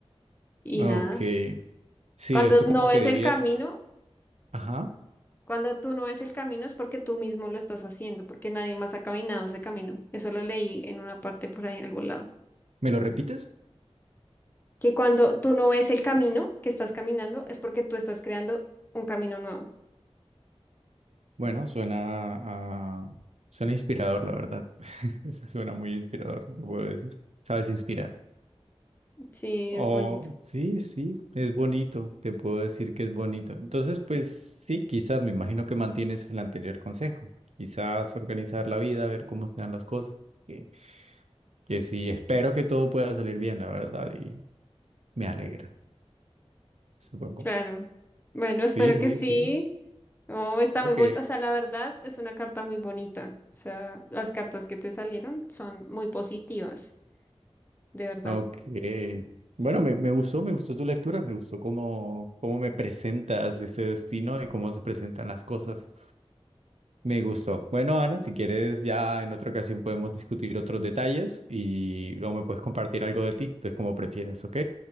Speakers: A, on the left; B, on the right.
A: y
B: Ok.
A: nada.
B: Sí,
A: Cuando
B: eso
A: no
B: como
A: ves
B: que dirías,
A: el camino,
B: ajá,
A: cuando tú no ves el camino es porque tú mismo lo estás haciendo, porque nadie más ha caminado ese camino. Eso lo leí en una parte por ahí en algún lado.
B: ¿me lo repites?
A: que cuando tú no ves el camino que estás caminando es porque tú estás creando un camino nuevo.
B: Bueno, suena a... suena inspirador, la verdad. <laughs> Eso suena muy inspirador, te puedo decir. Sabes inspirar.
A: Sí,
B: Oh,
A: es bonito.
B: sí, sí, es bonito, te puedo decir que es bonito. Entonces, pues sí, quizás me imagino que mantienes el anterior consejo. Quizás organizar la vida, ver cómo se dan las cosas. Que, que sí, espero que todo pueda salir bien, la verdad, y me alegra, supongo.
A: Claro. Bueno, espero
B: Sí,
A: que
B: sí,
A: sí.
B: sí.
A: Oh, está
B: Ok,
A: muy bonito. O sea, la verdad es una carta muy bonita. O sea, las cartas que te salieron son muy positivas, de verdad.
B: Ok. Bueno, me, me gustó, me gustó tu lectura, me gustó cómo, cómo me presentas este destino y cómo se presentan las cosas. Me gustó. Bueno, Ana, si quieres, ya en otra ocasión podemos discutir otros detalles y o me puedes compartir algo de ti, entonces como prefieras, ¿ok?